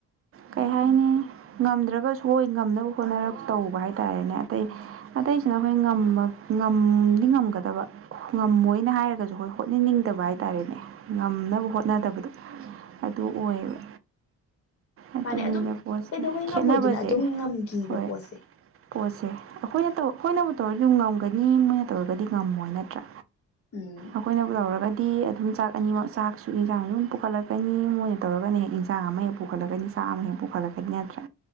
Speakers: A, on the right (about 50°); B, on the left (about 50°).
A: ꯀꯩ ꯍꯥꯏꯅꯤ ꯉꯝꯗ꯭ꯔꯒꯁꯨ ꯍꯣꯏ ꯉꯝꯅꯕ ꯈꯣꯠꯅꯔꯥꯞ ꯇꯧꯕ ꯍꯥꯏꯇꯥꯥꯔꯦꯅꯦ ꯑꯇꯩ ꯑꯇꯩꯁꯤꯅ ꯑꯩꯈꯣꯏ ꯉꯝꯗꯤ ꯉꯝꯒꯗꯕ ꯉꯝꯃꯣꯏꯅ ꯍꯥꯏꯔꯒꯁꯨ ꯑꯩꯈꯣꯏ ꯍꯣꯠꯅꯅꯤꯡꯗꯕ ꯍꯥꯏꯇꯥꯔꯦꯅꯦ ꯉꯝꯅꯕ ꯍꯣꯠꯅꯗꯕꯗꯣ ꯑꯗꯨ ꯑꯣꯏꯌꯦꯕ ꯑꯗꯨꯅꯤꯅꯦ
B: ꯃꯥꯅꯦ ꯑꯗꯨꯝ
A: ꯄꯣꯠꯁꯦ
B: ꯀꯩꯗꯧꯕꯩ ꯉꯝꯃꯣꯏꯗꯨꯅ
A: ꯈꯦꯠꯅꯕꯁꯦ
B: ꯑꯗꯨꯝ ꯉꯝꯈꯤꯕ
A: ꯍꯣꯏ
B: ꯄꯣꯠꯁꯦ
A: ꯄꯣꯠꯁꯦ ꯑꯩꯈꯣꯏꯅ ꯑꯩꯈꯣꯏꯅꯕꯨ ꯇꯧꯔꯗꯤ ꯑꯗꯨꯝ ꯉꯝꯒꯅꯤ ꯃꯣꯏꯅ ꯇꯧꯔꯒꯗꯤ ꯉꯝꯃꯣꯏ ꯅꯠꯇ꯭ꯔꯥ
B: ꯎꯝ
A: ꯑꯩꯈꯣꯏꯅꯕꯨ ꯇꯧꯔꯒꯗꯤ ꯑꯗꯨꯝ ꯆꯥꯛ ꯑꯅꯤꯃꯛ ꯆꯥꯛꯁꯨ ꯌꯦꯟꯁꯥꯡ ꯑꯗꯨꯝ ꯄꯨꯈꯠꯂꯛꯀꯅꯤ ꯃꯣꯏꯅ ꯇꯧꯔꯒꯅ ꯍꯦꯛ ꯌꯦꯟ ꯌꯦꯟꯁꯥꯡ ꯑꯃ ꯍꯦꯛ ꯄꯨꯈꯠꯂꯛꯀꯅꯤ ꯆꯥ ꯑꯃ ꯍꯦꯛ ꯄꯨꯈꯠꯂꯛꯀꯅꯤ ꯅꯠꯇ꯭ꯔꯥ